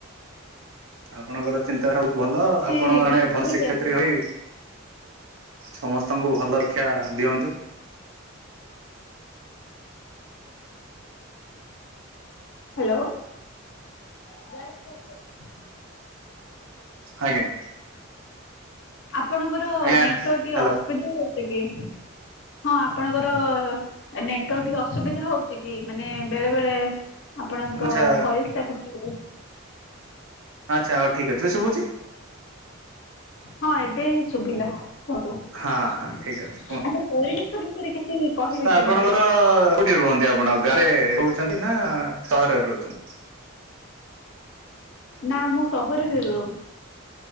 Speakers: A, on the right; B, on the left.
A: ଆପଣଙ୍କର ଚିନ୍ତାଧାରା ବହୁତ୍ ଭଲ
B: ସେ
A: ଆପଣ
B: କିଛି
A: ଜଣେ
B: କହିବେ
A: ଭଲ ଶିକ୍ଷୟତ୍ରୀ
B: ଆପଣ
A: ହୋଇ ସମସ୍ତଙ୍କୁ ଭଲ ଆକ୍ଷା ଦିଅନ୍ତୁ।
B: ହାଲୋ। <unintelligible>
A: ଆଜ୍ଞା।
B: ଆପଣଙ୍କର
A: ଆଜ୍ଞା
B: ନେଟୱାର୍କ ଟିକେ
A: ହ୍ୟାଲୋ
B: ଅସୁବିଧା ହେଉଛି କି? ହଁ ଆପଣଙ୍କର ନେଟୱର୍କ ଟିକେ ଅସୁବିଧା ହଉଛି କି ମାନେ ବେଳେ ବେଳେ ଆପଣଙ୍କ
A: ଆଚ୍ଛା
B: ଭଏସ ଟା କଟି ଯାଉଛି।
A: ଆଚ୍ଛା ହଉ ଠିକ ଅଛି ଏବେ ଶୁଭୁଛି?
B: ହଁ ଏବେ ଶୁଭିଲା। କୁହନ୍ତୁ
A: ହଁ
B: ଆଛା
A: ହଁ ଠିକ ଅଛି କୁହ
B: ପରିବେଶ ବିଷୟରେ କିଛି କହିବେ
A: ତ
B: କି
A: ଆପଣଙ୍କର
B: ମତେ?
A: କୋଉଠି ରୁହନ୍ତି ଆପଣଙ୍କ ଆଉ ଗାଁରେ ରହୁଛନ୍ତି ନା ସହରରେ ରହୁଛନ୍ତି?
B: ନା ମୁଁ ସହରରେ ରହୁ